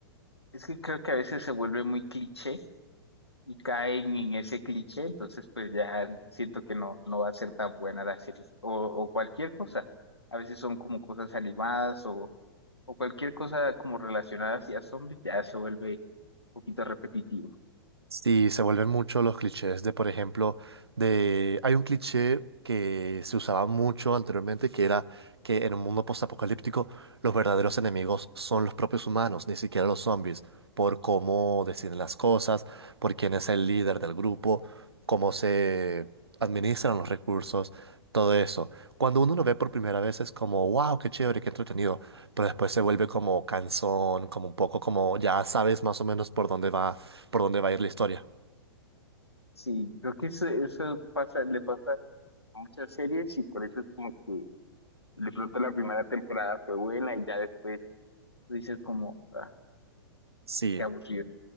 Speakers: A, on the left; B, on the right.
A: Es que creo que a veces se vuelve muy cliché y caen en ese cliché, entonces pues ya siento que no, no va a ser tan buena la serie o, o cualquier cosa. A veces son como cosas animadas o, o cualquier cosa como relacionada hacia zombies, ya se vuelve un poquito repetitivo.
B: Sí, se vuelven mucho los clichés de, por ejemplo, de... Hay un cliché que se usaba mucho anteriormente, que era que en un mundo postapocalíptico los verdaderos enemigos son los propios humanos, ni siquiera los zombies, por cómo deciden las cosas, por quién es el líder del grupo, cómo se administran los recursos, todo eso. Cuando uno lo ve por primera vez es como, wow, qué chévere, qué entretenido, pero después se vuelve como cansón, como un poco como ya sabes más o menos por dónde va por dónde va a ir la historia.
A: Sí, creo que eso, eso pasa, le pasa a muchas series y por eso es como que de pronto la primera temporada fue buena y ya después tú dices como, ah,
B: Sí,
A: qué aburrido.